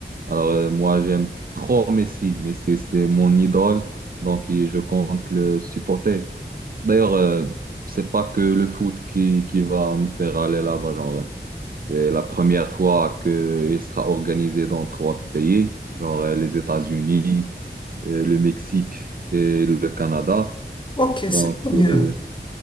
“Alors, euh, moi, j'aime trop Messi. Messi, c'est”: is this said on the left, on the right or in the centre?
Right